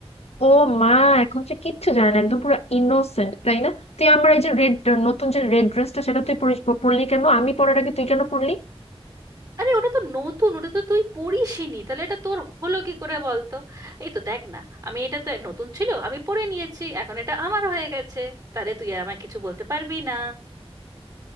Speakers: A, on the left; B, on the right.
A: ও মা এখন সে কিচ্ছু জানে না একদম পুরো ইনোসেন্ট তাই না তুই আমার এই যে রেড নতুন যে রেড ড্রেসটা সেটা তুই পরিস পরলি কেন আমি পরার আগে তুই কেন পরলি
B: আরে ওটা তো নতুন ওটা তো তুই পরিসনি তাহলে এটা তোর হলো কি করে বল তো এই তো দেখ না আমি এটা তো নতুন ছিল আমি পরে নিয়েছি এখন এটা আমার হয়ে গেছে তাহলে তুই আর আমায় কিছু বলতে পারবি না